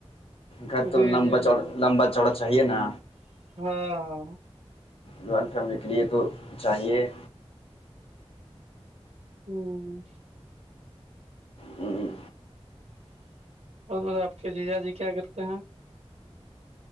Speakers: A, on the left; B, on the right.
A: گھر تو
B: جی
A: لمبا
B: جی جی
A: چا لمبا چوڑا چاہیے نا
B: ہاں ہاں
A: جوائن فیملی کے لیے تو چاہیے
B: ہوں
A: ہوں ہوں
B: بہت ب آپ کے جی جا جی کیا کرتے ہیں